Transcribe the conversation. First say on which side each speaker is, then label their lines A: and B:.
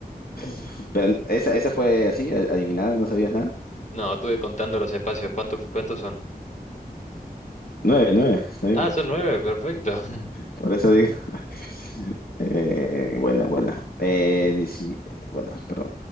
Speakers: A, on the left (about 70°); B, on the left (about 50°).
A: <laughs> pero esa, esa fue así, a- adivinada, no sabías nada.
B: No, estuve contando los espacios. ¿Cuántos, cuántos son?
A: Nueve, nueve, está bien.
B: Ah, son nueve, perfecto. <laughs>
A: Por eso digo. <laughs> Eh, buena bueno. Eh, dieci- bueno, perdón.